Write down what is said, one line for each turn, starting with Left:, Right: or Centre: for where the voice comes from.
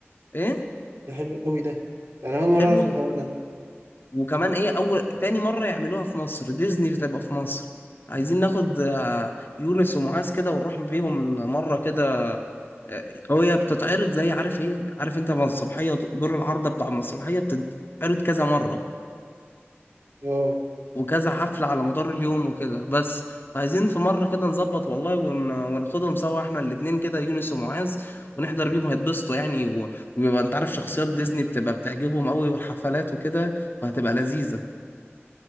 Left: إيه
Right: ده حلو قوي ده ده انا اول مره
Left: حلوة
Right: اعرف الحوار ده
Left: وكمان إيه أول تاني مرة يعملوها في مصر ديزني بتبقى في مصر عايزين ناخد آه، يونس ومعاذ كده ونروح بيهم مرة كده آه، هي بتتعرض زي عارف إيه عارف أنت مسرحية دور العارضة بتاع المسرحية بتتعرض كذا مرة
Right: اه
Left: وكذا حفلة على مدار اليوم وكده بس عايزين في مرة كده نظبط والله ون... وناخدهم سوا احنا الاتنين كده يونس ومعاذ ونحضر بيهم هيتبسطوا يعني و... ويبقى انت عارف شخصيات ديزني بتبقى بتعجبهم قوي والحفلات وكده فهتبقى لذيذة